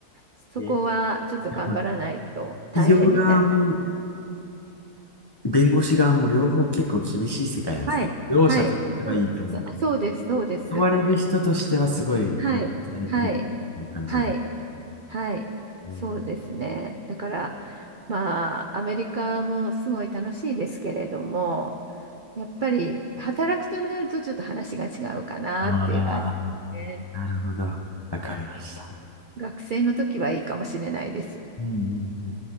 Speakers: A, on the right (about 65°); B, on the left (about 35°).
A: そこはちょっと頑張らないと大変みたい
B: えーえでも、企業側も弁護士側も両方結構厳しい世界なんですね。
A: な。はい。
B: 両者としてはいいと思う。
A: はい。そう、そそうです、そうです。
B: 問われる人としてはすごい保障されてるっていう感じなんで
A: はい、はい、はい、はい、
B: すね。
A: そうですね。だから、まあ、アメリカもすごい楽しいですけれども、やっぱり働くとなるとちょっと話が違うかなっていう感じですね。
B: ああ、なるほど。わかりました。
A: 学生の時はいいかもしれないです。
B: うんうんうん。